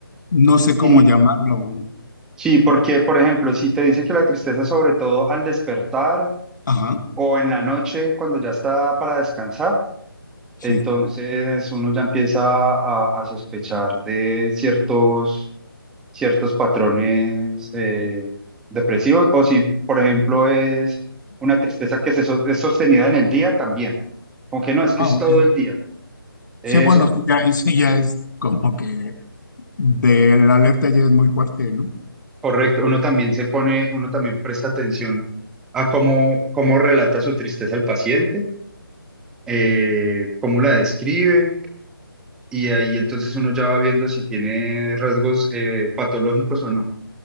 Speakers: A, on the left (about 50°); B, in the centre.
A: no sé
B: Sí,
A: cómo llamarlo.
B: sí, porque por ejemplo, si te dice que la tristeza sobre todo al despertar
A: Ajá,
B: o en la noche cuando ya está para descansar,
A: sí.
B: entonces uno ya empieza a, a sospechar de ciertos ciertos patrones eh, depresivos o si, por ejemplo, es una tristeza que se so- es sostenida en el día también. Aunque no, es que
A: Ah,
B: es
A: ok.
B: todo el día. Eso,
A: Sí, bueno, sí, ya, ahí sí, ya es como que de la alerta ya es muy fuerte, ¿no?
B: correcto. Uno también se pone, uno también presta atención a cómo, cómo relata su tristeza el paciente, eh, cómo la describe, y ahí entonces uno ya va viendo si tiene rasgos eh, patológicos o no.